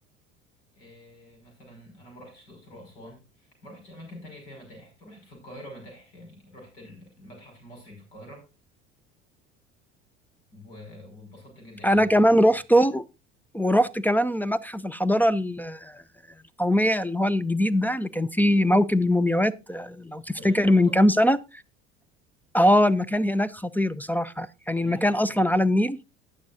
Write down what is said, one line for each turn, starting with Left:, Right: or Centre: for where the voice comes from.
Left: إيه مثلا انا ما رحتش الاقصر واسوان ما رحتش اماكن تانية فيها متاحف رحت في القاهره متاحف يعني رحت ال- المتحف المصري في القاهره و- واتبسطت جدا يعني
Centre: انا كمان رحته ورحت كمان متحف الحضاره ال- القوميه اللي هو الجديد ده اللي كان فيه موكب المومياوات آه، لو تفتكر
Left: بجد رحته
Centre: من كام سنه اه المكان هناك خطير بصراحه يعني
Left: انا
Centre: المكان
Left: نفسي اروحه
Centre: اصلا
Left: جدا
Centre: على النيل